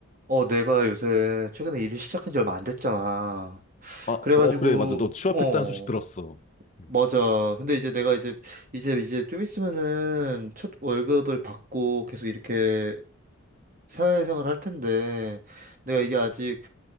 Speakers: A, on the right; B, on the left.
A: 어, 내가 요새 최근에 일을 시작한 지 얼마 안 됐잖아.
B: 아,
A: 그래가지고,
B: 어, 그래, 맞아. 너 취업했다는
A: 어,
B: 소식 들었어. 음.
A: 맞아. 근데 이제 내가 이제, 이제, 이제 좀 있으면은 첫 월급을 받고 계속 이렇게 사회생활 할 텐데, 내가 이게 아직